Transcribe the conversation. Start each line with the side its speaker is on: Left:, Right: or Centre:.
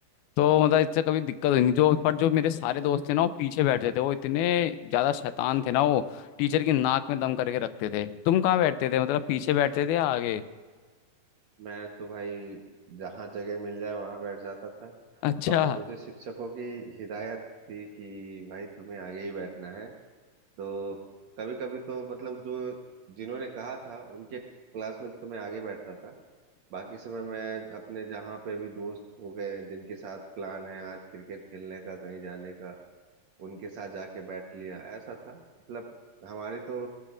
Left: तो मतलब इससे कभी दिक्कत हुई
Right: बिल्कुल
Left: नहीं जो
Right: सही
Left: पर
Right: है
Left: जो मेरे सारे दोस्त थे ना वो पीछे बैठते थे वो इतने ज्यादा शैतान थे ना वो टीचर की नाक में दम करके रखते थे तुम कहाँ बैठते थे मतलब पीछे बैठते थे या आगे
Right: मैं तो भाई जहाँ जगह मिल जाए वहां बैठ जाता था
Left: अच्छा
Right: और मुझे शिक्षकों की हिदायत थी कि भाई तुम्हें आगे ही बैठना है तो कभी कभी तो मतलब जो जिन्होंने कहा था उनके क्लास में तो मैं आगे बैठता था बाकी समय मैं अपने जहाँ पे भी दोस्त हो गए जिनके साथ प्लान है आज क्रिकेट खेलने का कहीं जाने का उनके साथ जाके बैठ लिया ऐसा था मतलब हमारी तो